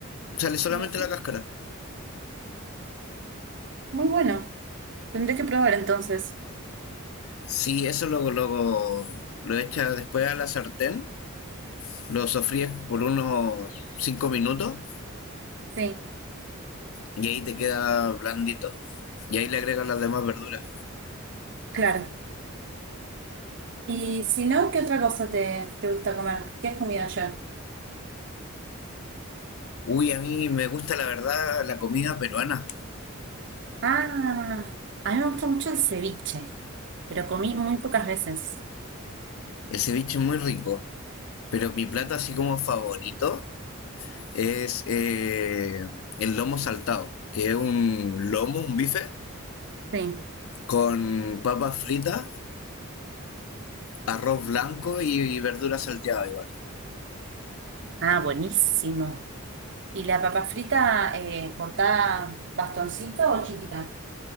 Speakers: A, on the left; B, on the right.
A: Sale solamente
B: No.
A: la cáscara.
B: Muy bueno. Tendré que probar entonces.
A: Sí, eso luego, luego lo echas después a la sartén. Lo sofríes por unos 5 minutos
B: Sí,
A: y ahí te queda blandito. Y ahí le agregas las demás verduras.
B: claro. Y si no, ¿qué otra cosa te, te gusta comer? ¿Qué has comido ayer?
A: Uy, a mí me gusta la verdad la comida peruana.
B: Ah, a mí me gusta mucho el ceviche, pero comí muy pocas veces.
A: El ceviche es muy rico. Pero mi plato así como favorito es eh, el lomo saltado, que es un lomo, un bife,
B: Sí.
A: con papas fritas, arroz blanco y, y verdura salteada igual.
B: Ah, buenísimo. ¿Y la papa frita eh, cortada bastoncito o chiquita?